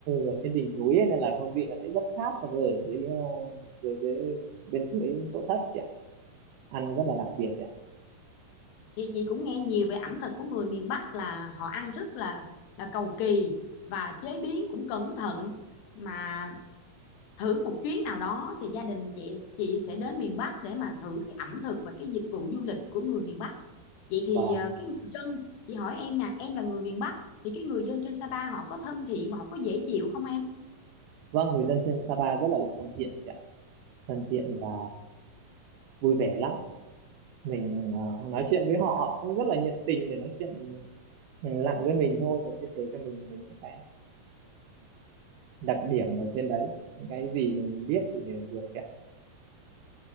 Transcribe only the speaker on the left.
Thì chị cũng nghe nhiều về ẩm thực của người miền Bắc là họ ăn rất là là cầu kỳ và chế biến cũng cẩn thận mà thử một chuyến nào đó thì gia đình chị chị sẽ đến miền Bắc để mà thử cái ẩm thực và cái dịch vụ du lịch của người miền Bắc vậy thì
ờ, cái người dân chị hỏi em nè em là người miền Bắc thì cái người dân trên Sapa họ có thân thiện và họ có dễ chịu không em